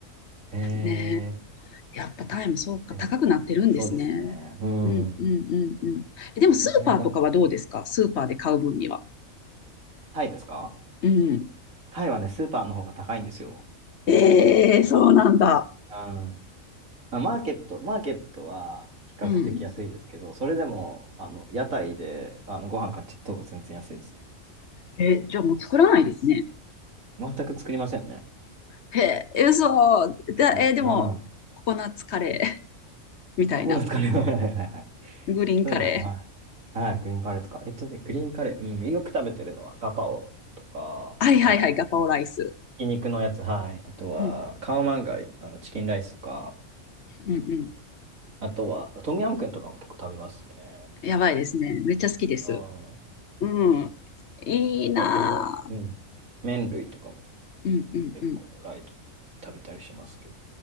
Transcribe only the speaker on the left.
ねえ、やっぱタイもそうか、
高くなってるんですね。
うんうんうんうん。えでもスーパーとかはどうですかスーパーで買う分には。
うん。
ええそうなんだ。
うん。
えーじゃあもう作らないですね。
へえ、嘘。
だ、えーでも、
ココナッツカレー <laughs> みたいな。
グリーンカレ
ー。はいはいはい、
ガパオライス。
うん、
うん、うん。
やばいですね。めっちゃ好きです。
うん。
いいなぁ
うん、うん、
う